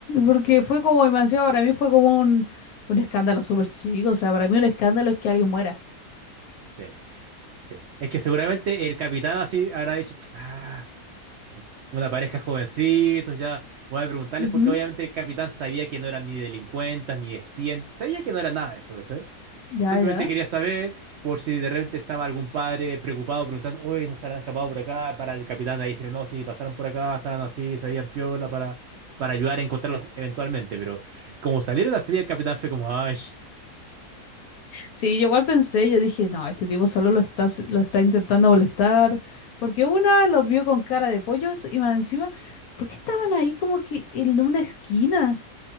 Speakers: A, on the left; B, on the right.
A: Porque fue como, y más encima para mí fue como un, un escándalo súper chico. O sea, para mí un escándalo es que alguien muera.
B: Sí, sí. Es que seguramente el capitán así habrá dicho, ah, una pareja jovencitos, ya voy a preguntarles
A: Ujú,
B: porque obviamente el capitán sabía que no eran ni delincuentes, ni espías, sabía que no era nada de eso, ¿cachai?
A: Ya,
B: Simplemente
A: ya.
B: quería saber por si de repente estaba algún padre preocupado preguntando, uy nos habrán escapado por acá? Para el capitán de ahí decirle, no, sí, pasaron por acá, estaban así, sabían piola para, para ayudar a encontrarlos eventualmente. Pero como salieron así, el capitán fue como, ay,
A: Sí, yo igual pensé, yo dije, no, este tipo solo lo está, s- lo está intentando molestar. Porque una los vio con cara de pollos y más encima, ¿por qué estaban ahí como que en una esquina?